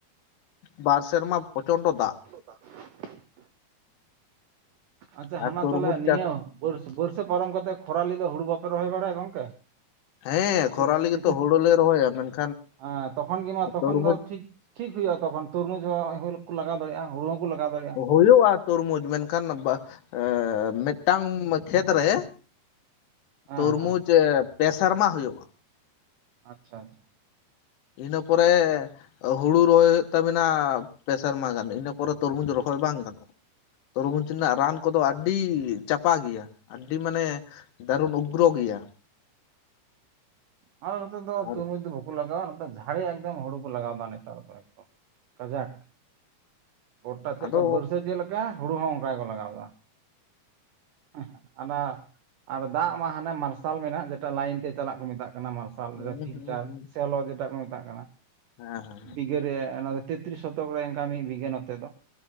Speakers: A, on the left; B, on the right.
A: ᱵᱟᱨ ᱥᱮᱨᱢᱟ ᱯᱨᱚᱪᱚᱱᱰᱚ ᱫᱟᱜ
B: <inaudible> ᱟᱪᱪᱷᱟ
A: ᱟᱨ
B: ᱦᱟᱱᱟ
A: ᱛᱩᱨᱢᱩᱡᱽ
B: ᱛᱟᱦᱚᱞᱮ ᱱᱤᱭᱟᱹ
A: ᱪᱟᱥ
B: ᱵᱟᱹᱨ ᱵᱟᱹᱨᱥᱟᱹ ᱯᱟᱨᱚᱢ ᱠᱟᱛᱮ ᱠᱷᱚᱨᱟᱞᱤ ᱫᱚ ᱦᱩᱲᱩ ᱵᱟᱯᱮ ᱨᱚᱦᱚᱭ ᱵᱟᱲᱟᱭᱟ ᱜᱚᱝᱠᱮ?
A: ᱦᱮᱸ
B: ᱥᱤᱛ
A: ᱠᱷᱚᱨᱟᱞᱤ
B: ᱥᱤᱛᱩᱝ
A: ᱜᱮ ᱛᱚ ᱦᱩᱲᱩ ᱞᱮ ᱨᱚᱦᱚᱭᱟ ᱢᱮᱱᱠᱷᱟᱱ
B: ᱦᱮᱸ ᱛᱚᱠᱷᱚᱱ ᱜᱮ ᱢᱟ ᱛᱚᱠᱷᱚᱱ
A: ᱛᱚᱨᱢᱩᱡᱽ
B: ᱫᱚ ᱴᱷᱤᱠ ᱴᱷᱤᱠ ᱦᱩᱭᱩᱜᱼᱟ ᱛᱚᱠᱷᱚᱱ ᱛᱚᱨᱢᱩᱡᱽ ᱦᱚᱸ <unintelligible> ᱞᱟᱜᱟᱣ ᱫᱟᱲᱮᱜᱼᱟ, ᱦᱩᱲᱩ ᱦᱚᱸᱠᱚ ᱞᱟᱜᱟᱣ ᱫᱟᱲᱮᱭᱟᱜᱼᱟ
A: ᱦᱩᱭᱩᱜᱼᱟ ᱛᱩᱨᱢᱩᱡᱽ ᱢᱮᱱᱠᱷᱟᱱ ᱵᱟ ᱮ ᱢᱤᱫᱴᱟᱝ ᱠᱷᱮᱛ ᱨᱮ
B: ᱦᱮᱸ
A: ᱛᱩᱨᱢᱩᱡᱽ
B: ᱦᱮᱸ
A: ᱯᱮ ᱥᱮᱨᱢᱟ ᱦᱩᱭᱩᱜᱼᱟ᱾
B: ᱟᱪᱪᱷᱟ ᱟᱪᱪᱷᱟ᱾
A: ᱤᱱᱟᱹ ᱯᱚᱨᱮᱻ ᱦᱩᱲᱩ ᱨᱚᱦᱚᱭ ᱦᱩᱭᱩᱜ ᱛᱟᱵᱤᱱᱟ ᱯᱮ ᱥᱮᱨᱢᱟ ᱢᱟ ᱜᱟᱱ ᱤᱱᱟᱹ ᱯᱚᱨᱮ ᱛᱚᱨᱢᱩᱡᱽ ᱨᱚᱦᱚᱭ ᱵᱟᱝ ᱜᱟᱱᱚᱜᱼᱟ᱾ ᱛᱚᱨᱢᱩᱡᱽ ᱨᱮᱱᱟᱜ ᱨᱟᱱ ᱠᱚᱫᱚ ᱟᱰᱰᱤ ᱪᱟᱯᱟ ᱜᱮᱭᱟ᱾ ᱟᱹᱰᱤ ᱢᱟᱱᱮ ᱫᱟᱨᱩᱱ ᱩᱜᱽᱨᱚ ᱜᱮᱭᱟ ᱾
B: ᱟᱞᱮ ᱱᱚᱛᱮ ᱫᱚ
A: ᱟᱨ
B: ᱛᱩᱨᱢᱩᱡᱽ ᱫᱚ ᱵᱟᱠᱚ ᱞᱟᱜᱟᱣᱼᱟ,, ᱾ ᱟᱫᱚ ᱡᱷᱟᱲᱮ ᱮᱠᱫᱚᱢ ᱦᱩᱲᱩ ᱠᱚ ᱞᱟᱜᱟᱣᱮᱫᱟ ᱱᱮᱛᱟᱨ ᱫᱚ ᱮᱠᱫᱚᱢ ᱠᱟᱡᱟᱠ, ᱾ ᱜᱳᱴᱟ ᱪᱮᱫ
A: ᱟᱫᱚ
B: ᱞᱮᱠᱟ ᱵᱟᱹᱨᱥᱟᱹ ᱪᱮᱫ ᱞᱮᱠᱟ ᱦᱩᱲᱩ ᱦᱚᱸ ᱚᱱᱠᱟ ᱜᱮᱠᱚ ᱞᱟᱜᱟᱣᱫᱟ ᱾ ᱟᱸᱦ, ᱟᱱᱟ ᱟᱨ ᱫᱟᱜ ᱢᱟ ᱦᱟᱱᱮ ᱢᱟᱨᱥᱟᱞ ᱢᱮᱱᱟᱜ ᱡᱮᱴᱟ ᱞᱟᱭᱤᱱ ᱛᱮ ᱪᱟᱞᱟᱜ ᱠᱚ ᱢᱮᱛᱟᱜ ᱾ ᱢᱟᱨᱥᱟᱞ
A: ᱦᱩᱸ
B: ᱯᱷᱤᱞᱴᱟᱨ
A: ᱦᱩᱸ ᱦᱩᱸ
B: ᱥᱮᱞᱚ ᱡᱮᱴᱟ ᱠᱚ ᱢᱮᱛᱟᱜ ᱠᱟᱱᱟ
A: ᱦᱮᱸ ᱦᱮᱸ
B: ᱵᱤᱜᱷᱟᱹᱨᱮ ᱚᱱᱟ ᱪᱮᱫ ᱛᱨᱤᱥ ᱥᱚᱛᱚᱠ ᱨᱮ ᱱᱠᱟ ᱢᱤᱫ ᱵᱤᱜᱷᱟᱹ ᱱᱚᱛᱮ ᱫᱚ ᱾